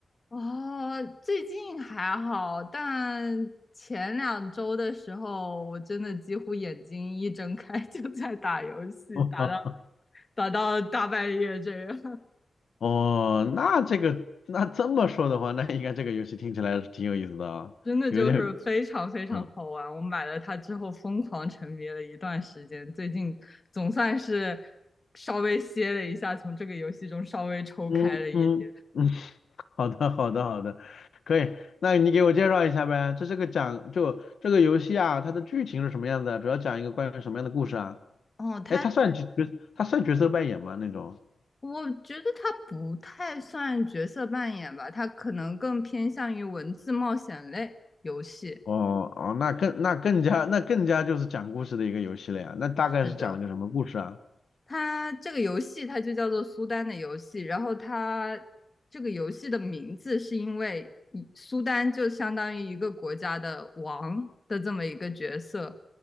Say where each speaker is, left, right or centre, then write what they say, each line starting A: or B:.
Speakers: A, on the left; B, on the left.
A: 哦，最近还好，但前两周的时候，我真的几乎眼睛一睁开就在打游戏，
B: <laughs>
A: 打到打到大半夜这样。
B: 哦，那这个，那这么说的话，那应该这个游戏听起来是挺有意思的啊，
A: 真的就是非常非常好玩。
B: 有点，嗯
A: 我买了它之后，疯狂沉迷了一段时间，最近总算是稍微歇了一下，从这个游戏中稍微抽开了一点。
B: 嗯嗯嗯，<laughs> 好的好的好的，可以，那你给我介绍一下呗，这是个讲，就这个游戏啊，它的剧情是什么样子啊？主要讲一个关于什么样的故事啊？
A: 哦，它是，
B: 哎，他算角角，他算角色扮演吗？那种？
A: 我觉得它不太算角色扮演吧，它可能更偏向于文字冒险类游戏。
B: 哦哦，那更那更加那更加就是讲故事的一个游戏了呀。那大概是讲了个什么故事啊？
A: 是的，它这个游戏它就叫做苏丹的游戏，然后它这个游戏的名字是因为苏丹就相当于一个国家的王的这么一个角色，